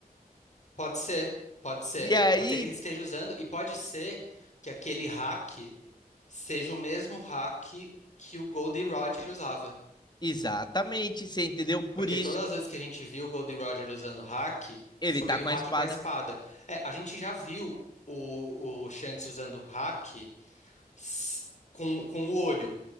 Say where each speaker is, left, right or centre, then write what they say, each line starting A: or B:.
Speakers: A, on the left; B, on the left.
A: pode ser, pode ser.
B: E aí
A: Pode ser que ele esteja usando, e pode ser que aquele hack seja o mesmo hack que o Goldie Roger usava.
B: Exatamente, você entendeu? Por
A: Porque
B: isso
A: todas as vezes que a gente viu o Goldie Roger usando hack,
B: ele
A: foi
B: tá com
A: o hack
B: a espada.
A: com a espada. É, a gente já viu o, o Shanks usando hack s- com, com o olho.